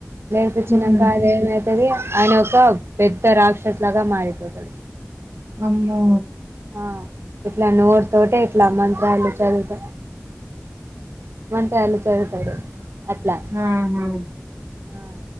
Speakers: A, on the right (about 65°); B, on the right (about 80°).
A: నేర్పించినాంకా
B: ఉమ్
A: అది ఏమైతుది అని ఒక పెద్ద రాక్షసులాగా మారి పోతాడు
B: అమ్మో
A: ఆ ఇట్లా నోరు తోటే ఇట్లా మంత్రాలు చదుత మంత్రాలు చదువుతాడు అట్లా
B: ఆహా
A: ఆ